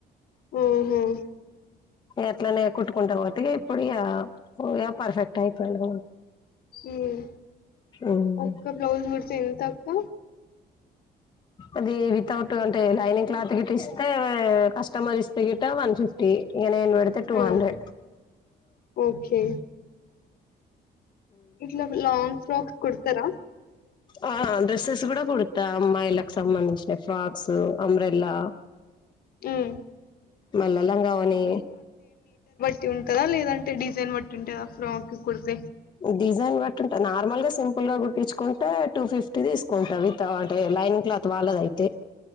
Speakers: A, on the left; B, on the left.
A: ఉ హుమ్
B: ఎట్లనే కుట్టుకుంటా పోతే ఇప్పుడు ఇయ్య పర్ఫెక్ట్ అయిపోయింది
A: ఉమ్
B: ఉమ్
A: ఒక్క బ్లౌజ్ కుడితే ఎంత అక్క
B: అది వితౌట్ అంటే లైనింగ్ క్లాత్ గిట్ట ఇస్తే కస్టమర్ ఇస్తే గిట్ట వన్ ఫిఫ్టీ ఇ ఏను పెడితే టూ
A: ఆ
B: హండ్రెడ్
A: ఓకే ఇట్లా లాంగ్ ఫ్రక్స్ కుడతరా
B: ఆ డ్రెస్సెస్ కూడా కుడతా అమ్మాయిలకి సంబధించి ఫ్రాక్స్ అంబ్రెల్లా
A: ఉమ్
B: మళ్ళా లంగావోని
A: పట్టి ఉంటందా లేదంటే డిజైన్ బట్టి ఉంటుందా ఫ్రాక్ కుడితే
B: డిజైన్ బట్టి ఉంటా నార్మల్ గా సింపుల్ గా గుట్టించుకుంటే టూ ఫిఫ్టీ తీసుకుంటా విత్ అంటే లైనింగ్ క్లాత్ వాళ్ళది అయి తే